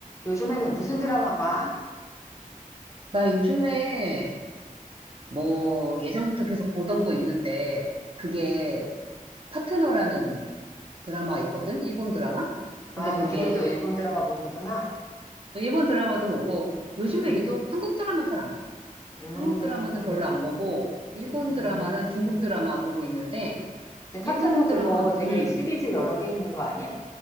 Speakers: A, on the left; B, on the right.
A: 요즘에는 무슨 드라마 봐?
B: 나 요즘에 뭐 예전부터 계속 보던 거 있는데 그게 파트너라는 드라마 있거든? 일본 드라마? 근데
A: 아,
B: 그게
A: 요즘에도 일본 드라마 보는구나.
B: 일본 드라마도 보고 요즘에
A: 음,
B: 유독 한국 드라마 잘 안 봐.
A: 음,
B: 한국 드라마는 별로 안 보고 일본
A: 음.
B: 드라마랑 중국 드라마 보고 있는데
A: 근데
B: 일본
A: 파트너
B: 드라마
A: 그거 되게
B: 음.
A: 시리즈 여러 개 있는 거 아니야?